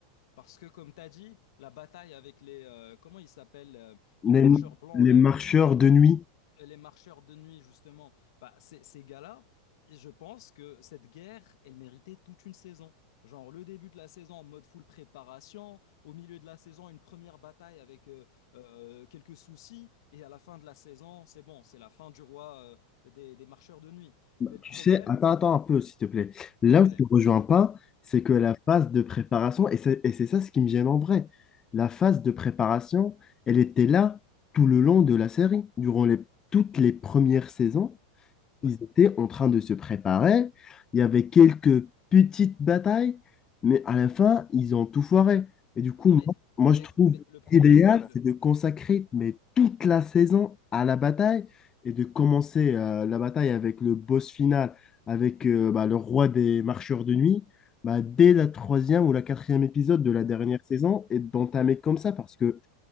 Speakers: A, on the left; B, on the left.
A: Parce que, comme tu as dit, la bataille avec les. euh, comment ils s'appellent euh,
B: Les,
A: Les marcheurs blancs,
B: les
A: là
B: marcheurs de nuit,
A: et les marcheurs de nuit, justement, bah, ces, ces gars-là, je pense que cette guerre, elle méritait toute une saison. Genre le début de la saison en mode full préparation, au milieu de la saison une première bataille avec euh, euh, quelques soucis, et à la fin de la saison, c'est bon, c'est la fin du roi euh, des, des marcheurs de nuit. Mais le
B: tu
A: problème,
B: sais, attends, attends un peu, s'il te plaît. Là
A: ouais,
B: où je te rejoins pas, c'est que la
A: hmm,
B: phase de préparation, et c'est et c'est ça ce qui me gêne en vrai, la phase de préparation, elle était là tout le long de la série, durant les, toutes les premières saisons
A: ouais,
B: ils étaient en train de se préparer. Il y avait quelques petites batailles, mais à la fin, ils ont tout foiré. Et du coup,
A: non mais,
B: moi, moi,
A: mais,
B: je trouve
A: mais le problème,
B: idéal,
A: le,
B: c'est de consacrer mais toute la saison à la bataille et de commencer euh, la bataille avec le boss final, avec euh, bah, le roi des marcheurs de nuit, bah, dès la troisième ou la quatrième épisode de la dernière
A: ah,
B: saison et d'entamer comme ça parce que